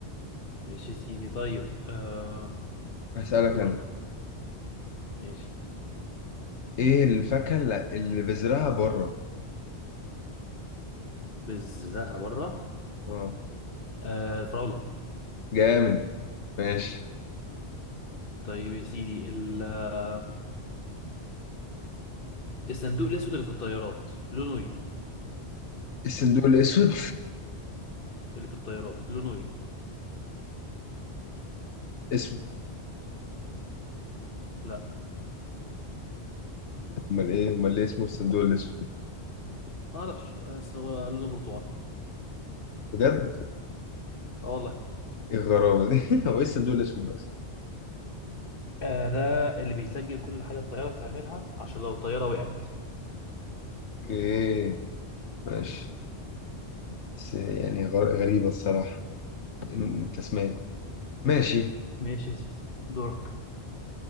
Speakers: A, on the left; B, on the left.
A: ماشي يا سيدي طيب آم،
B: هسألك
A: دورك
B: انا
A: ماشي
B: ايه الفاكهة اللي اللي بذرها بره
A: بذرها بره
B: اه
A: آه فراولة
B: جامد ماشي
A: طيب يا سيدي ال- آه، الصندوق الاسود اللي في الطيارات لونه ايه؟
B: الصندوق الاسود
A: اللي في الطيارات لونه ايه؟
B: اسمه
A: لا
B: امال ايه امال ليه اسمه الصندوق الاسود
A: ما اعرفش بس هو لونه برتقاني
B: بجد
A: اه والله
B: ايه الغرابة دي <laughs> هو ايه الصندوق الاسود ده اصلا
A: آه ده اللي بيسجل كل حاجة الطيارة بتعملها عشان لو الطيارة وقعت
B: اوكي ماشي بس يعني غر- غريبة الصراحة إن- التسمية ماشي
A: ماشي يا سيدي دورك